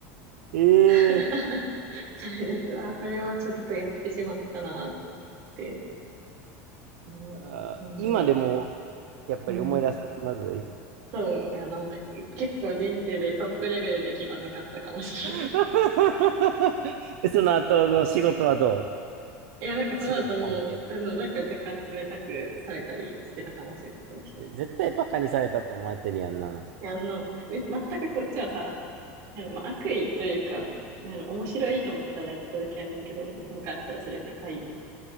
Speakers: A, on the right; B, on the right.
A: <laughs>
B: <laughs>
A: ええ
B: それで、うわ、これはちょっとやってしまったなぁと思って、うんなんだろ
A: ーあー今でも、やっぱり思い出すと気まずい。
B: う、うん、そう、あの、結構人生でトップレベルで気まずかったかもしれない。
A: <laughs> その後の仕事はど
B: <laughs> いや、なんかその後もう、
A: う仕事関係。
B: あの、なんか若干冷たくされたりしてたかもしれない、その人には。
A: 絶対バカにされたと思われてるやんな。
B: いやあの、め全くこっちはさ、いやまあ、悪意というか、あの面白いと思ってただやってた時やねんけど、向こうからしたらそれは深いよな。